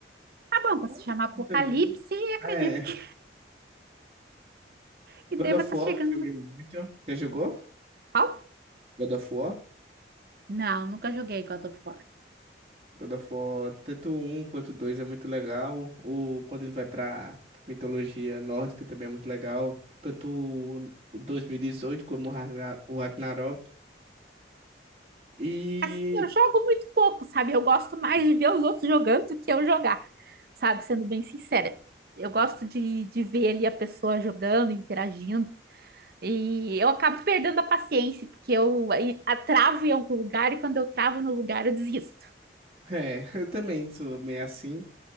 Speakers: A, on the right; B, on the right.
A: Ah, bom, pra se
B: Online
A: chamar Apocalipse,
B: Também.
A: acredito
B: Ah, É,
A: que, que
B: God
A: deva
B: of
A: estar
B: War,
A: chegando
B: eu joguei
A: no.
B: muito. Já jogou?
A: Qual?
B: God of War?
A: Não, nunca joguei God of War.
B: God of War, tanto um quanto dois é muito legal. O, quando ele vai pra mitologia nórdica também é muito legal. Tanto o o 2018 como o Ragna- o Ragnarok. E
A: assim, eu jogo muito pouco, sabe? Eu gosto mais de ver os outros jogando do que eu jogar, sabe? Sendo bem sincera. Eu gosto de, de ver ali a pessoa jogando, interagindo. E eu acabo perdendo a paciência, porque eu eh, a- travo em algum lugar e quando eu travo no lugar eu desisto.
B: é, <laughs> eu também sou meio assim.